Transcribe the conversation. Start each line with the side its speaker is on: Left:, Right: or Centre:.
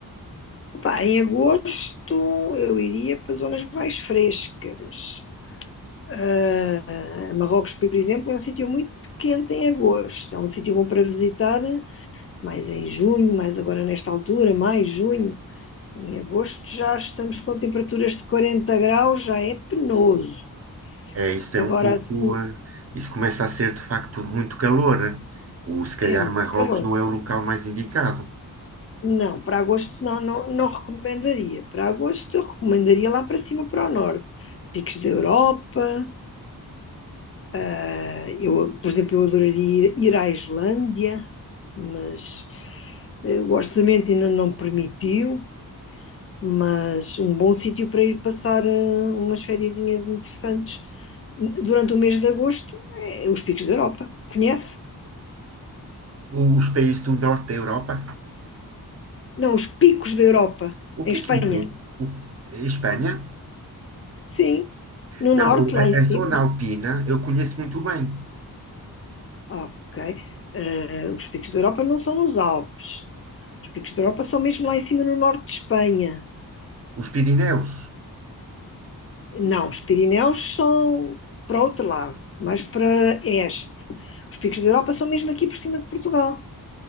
Left: Epá, em agosto eu iria para zonas mais frescas. Ah, Marrocos, por exemplo, é um sítio muito quente em agosto. É um sítio bom para visitar, mais em junho, mais agora nesta altura, mais junho. Em agosto já estamos com temperaturas de 40 graus, já é penoso.
Right: É, isso
Left: Agora
Right: é um pouco.
Left: assim
Right: eh, Isso começa a ser, de facto, muito calor. eh. O, se calhar
Left: é muito
Right: Marrocos
Left: calor.
Right: não é o local mais indicado.
Left: Não, para agosto não, não, não recomendaria. Para agosto eu recomendaria lá para cima, para o norte. Picos da Europa. ah, eu, por exemplo, eu adoraria ir, ir à Islândia, mas eh, o orçamento ainda não permitiu. Mas um bom sítio para ir passar eh, umas fériasinhas interessantes durante o mês de agosto é os Picos da Europa. Conhece?
Right: O- os países do norte da Europa?
Left: Não, os Picos da Europa,
Right: O que
Left: em
Right: é
Left: Espanha.
Right: que entende? O- Espanha?
Left: Sim, no
Right: Não,
Left: norte,
Right: o-
Left: lá em
Right: a,
Left: cima.
Right: a zona alpina eu conheço muito bem.
Left: Ok. Eh, os picos da Europa não são nos Alpes. Os picos da Europa são mesmo lá em cima no norte de Espanha.
Right: Os Pirineus.
Left: Não, os Pirineus são para outro lado, mais para este. Os picos da Europa são mesmo aqui por cima de Portugal.